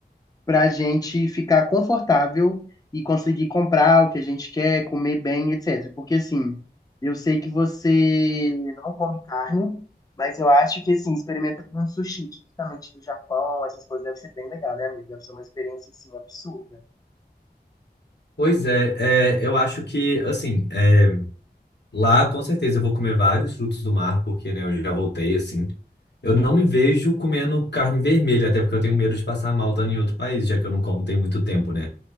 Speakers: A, on the left; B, on the left.
A: para a gente ficar confortável e conseguir comprar o que a gente quer, comer bem, etc. Porque assim, eu sei que você não come carne, mas eu acho que assim, experimenta com um sushi, tipicamente do Japão, essas coisas deve ser bem legal, né, amigo? Deve ser uma experiência assim absurda.
B: Pois é, é, eu acho que, assim, é, lá com certeza eu vou comer vários frutos do mar, porque, né, eu já voltei, assim. Eu não me vejo comendo carne vermelha, até porque eu tenho medo de passar mal estando em outro país, já que eu não como tem muito tempo, né?